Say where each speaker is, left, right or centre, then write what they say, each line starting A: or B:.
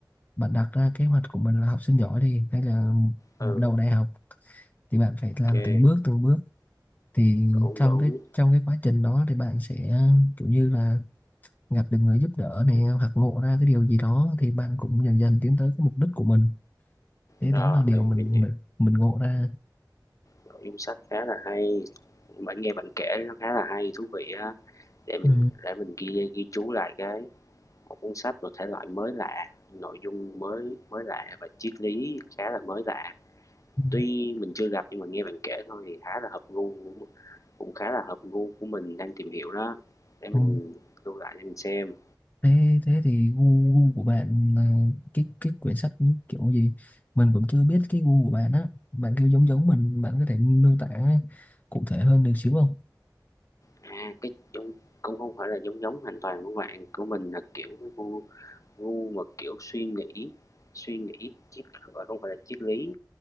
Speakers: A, on the left; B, on the left.
A: bạn đặt ra kế hoạch của mình là học sinh giỏi đi hay là đầu
B: Ừ,
A: đại học thì bạn phải làm
B: OK,
A: từng bước từng bước thì
B: đúng,
A: trong
B: đúng.
A: cái trong cái quá trình đó thì bạn sẽ kiểu như là gặp được người giúp đỡ này hoặc ngộ ra cái điều gì đó thì bạn cũng dần dần tiến tới cái mục đích của mình thế
B: Rồi,
A: đó là điều mình
B: mình
A: mình mình ngộ ra
B: nội dung sách khá là hay, bạn nghe bạn kể nó khá là hay, thú vị á. Để mình
A: ừ.
B: để mình ghi ghi chú lại cái một cuốn sách một thể loại mới lạ, nội dung mới mới lạ và triết lý khá là mới lạ.
A: Ừ.
B: Tuy mình chưa gặp nhưng mà nghe bạn kể thôi thì khá là hợp gu cũng khá là hợp gu của mình đang tìm hiểu đó. Để mình
A: Ừ.
B: lưu lại để mình xem.
A: thế thế thì gu gu của bạn là cái cái quyển sách kiểu gì mình cũng chưa biết cái gu của bạn á bạn kêu giống giống mình bạn có thể miêu tả cụ thể hơn được xíu không
B: À, cái cũng không phải là giống giống hoàn toàn của bạn, của mình là kiểu gu gu mà kiểu suy nghĩ suy nghĩ triết không phải là triết lý